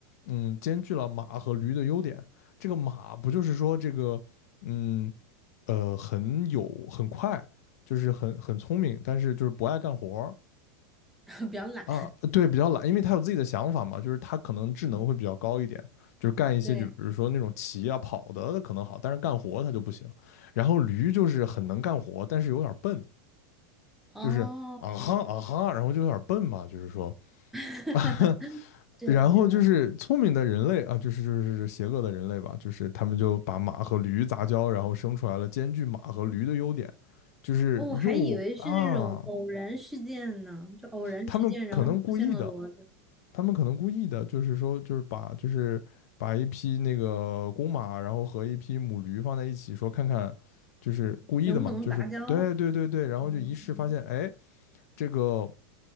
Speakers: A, on the left; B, in the centre.
A: 嗯，兼具了马和驴的优点。这个马不就是说这个，嗯，呃，很有很快，就是很很聪明，但是就是不爱干活儿。
B: <laughs> 比较懒，
A: 啊，对，比较懒，因为他有自己的想法嘛，就是他可能智能会比较高一点，
B: <laughs> 嗯，
A: 就是干一些就比如说那种骑啊跑的可能好，
B: 对。
A: 但是干活他就不行。然后驴就是很能干活，但是有点笨，
B: 哦，
A: 就是啊哈啊哈，然后就有点笨嘛，就是说，
B: <laughs>
A: <laughs>
B: 是的，
A: 然后就是聪明的人类啊，
B: 是的，
A: 就是就是邪恶的人类吧，就是他们就把马和驴杂交，然后生出来了兼具马和驴的优点，就是又啊，
B: 哦，我还以为是那种偶然事件呢，就偶然事件，
A: 他们可能故意的，
B: 然后出现了骡子，
A: 他们可能故意的，就是说，就是把就是把一匹那个公马，然后和一匹母驴放在一起，说看看，就是故意的嘛，
B: 能不能杂交？
A: 就是对对对对，然后就一试发现，
B: 嗯，
A: 哎，这个